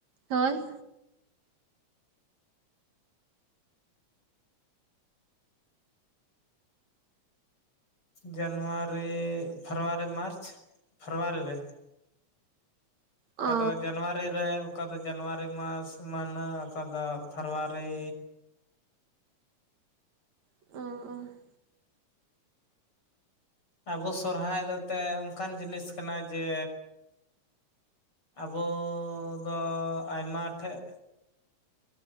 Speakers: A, on the right (about 70°); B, on the left (about 45°).
A: ᱦᱳᱭ
B: ᱡᱟᱱᱩᱣᱟᱨᱤ ᱯᱷᱮᱵᱽᱨᱣᱟᱨᱤ ᱢᱟᱨᱪ ᱯᱷᱮᱵᱽᱨᱩᱣᱟᱨᱤ ᱨᱮ ᱚᱠᱟ
A: ᱚ
B: ᱫᱚ ᱡᱟᱱᱣᱟᱨᱤ ᱨᱮ ᱚᱠᱟ ᱫᱚ ᱡᱟᱱᱩᱣᱟᱨᱤ ᱢᱟᱥ ᱢᱟᱹᱦᱱᱟᱹ ᱚᱠᱟ ᱫᱚ ᱯᱷᱮᱵᱽᱨᱣᱟᱨᱤ
A: <unintelligible>
B: ᱟᱵᱚ ᱥᱚᱨᱦᱟᱭ ᱫᱚ ᱮᱛᱮ ᱚᱱᱠᱟᱱ ᱡᱤᱱᱤᱥ ᱠᱟᱱᱟ ᱡᱮ ᱟᱵᱚᱫᱚ ᱟᱭᱢᱟ ᱴᱷᱮᱡ